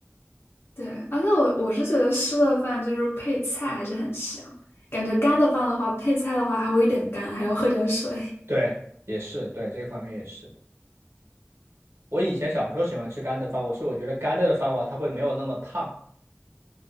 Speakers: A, on the left; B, on the right.
A: 对，而且我我是觉得湿的饭就是配菜还是很香，感觉干的饭的话，配菜的话还会有一点干，还要喝点水。
B: 对，也是，对，这个方面也是的。我以前小时候喜欢吃干的饭，我是我觉得干的的饭的话，它会没有那么烫，